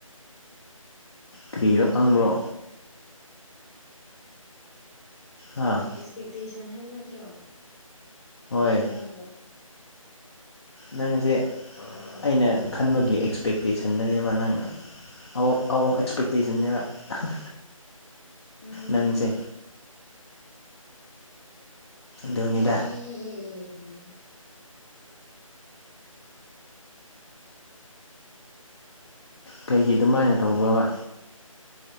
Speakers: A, on the left; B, on the left.
A: ꯀꯔꯤꯔꯣ ꯈꯥꯪꯕꯣ ꯍꯥ
B: ꯑꯦꯛꯁꯄꯦꯛꯇꯦꯁꯟ ꯍꯥꯏꯕ ꯅꯠꯇ꯭ꯔꯣ
A: ꯍꯣꯏ
B: ꯀꯔꯤ ꯍꯥꯏꯕ꯭ꯔꯣ
A: ꯅꯪꯁꯦ
B: ꯈꯪꯉꯤ
A: ꯑꯩꯅ ꯈꯟꯕꯒꯤ ꯑꯦꯛꯁꯄꯦꯛꯇꯦꯁꯟꯗꯅꯦꯕ ꯅꯪꯅ ꯑꯥꯎ ꯑꯥꯎ ꯑꯦꯛꯁꯄꯦꯛꯇꯦꯁꯟꯅꯦꯕ ꯍꯥ ꯍꯥ
B: ꯎꯝ
A: ꯅꯪꯁꯦ
B: ꯎꯝ
A: ꯗꯨꯅꯤꯗ
B: ꯑꯦ
A: ꯀꯩꯒꯤ ꯑꯗꯨꯃꯥꯏꯅ ꯇꯧꯕ꯭ꯔꯣꯕ